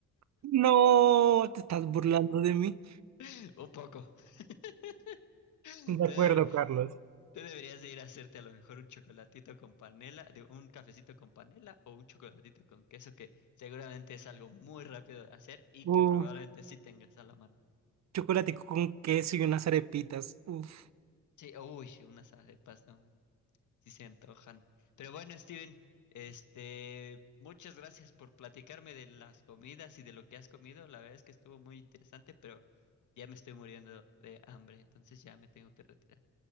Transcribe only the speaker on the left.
<laughs> Un poco. <laughs> Entonces,
Tú deberías de ir a hacerte a lo mejor un chocolatito con panela, digo, un cafecito con panela o un chocolatito con queso, que seguramente es algo muy rápido de hacer y
que probablemente sí tengas a la mano.
Sí, uy, unas arepas, no, sí se antojan. Pero bueno, Steven, este, muchas gracias por platicarme de las comidas y de lo que has comido. La verdad es que estuvo muy interesante, pero ya me estoy muriendo de hambre, entonces ya me tengo que retirar.